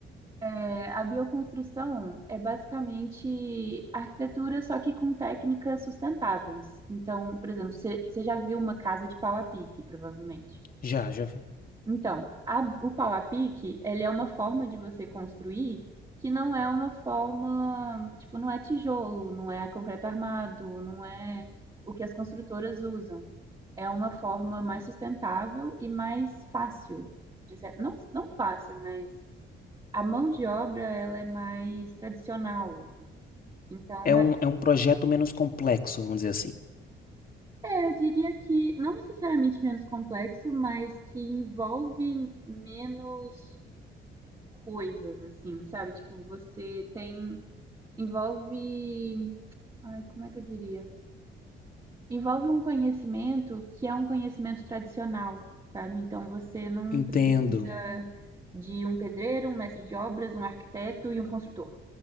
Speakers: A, on the right (about 25°); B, on the left (about 45°).
A: É, a bioconstrução é basicamente arquitetura, só que com técnicas sustentáveis. Então, por exemplo, você você já viu uma casa de pau a pique, provavelmente.
B: já, já vi.
A: Então, a- o pau a pique, ele é uma forma de você construir que não é uma forma, tipo, não é tijolo, não é concreto armado, não é o que as construtoras usam. É uma forma mais sustentável e mais fácil. de cer- Não, não fácil, mas a mão de obra, ela é mais tradicional, assim. Então,
B: É um,
A: a-
B: é um projeto menos complexo, vamos dizer assim.
A: é, eu diria que não necessariamente menos complexo, mas que envolve menos coisas, assim, sabe? Tipo, você tem. Envolve. Ai, como é que eu diria? Envolve um conhecimento que é um conhecimento tradicional, sabe? Então você não
B: Entendo,
A: precisa de um pedreiro, um mestre de obras, um arquiteto e um construtor,